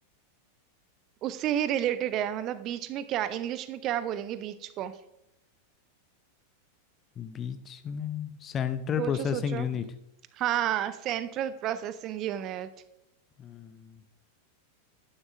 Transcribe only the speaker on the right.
उससे ही रिलेटेड है मतलब बीच में क्या इंग्लिश में क्या बोलेंगे बीच को
सोचो
सोचो
हाँ सेंट्रल प्रोसेसिंग यूनिट